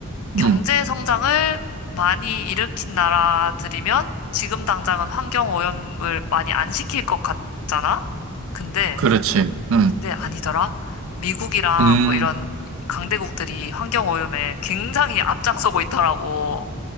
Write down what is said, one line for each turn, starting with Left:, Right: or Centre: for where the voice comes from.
Left: 경제
Right: 음,
Left: 성장을 많이 일으킨 나라들이면 지금 당장은 환경 오염을 많이 안 시킬 것 같잖아? 근데
Right: 그렇지. 음,
Left: 근데 아니더라. 미국이랑
Right: 음.
Left: 뭐 이런 강대국들이 환경오염에 굉장히 앞장서고 있더라고.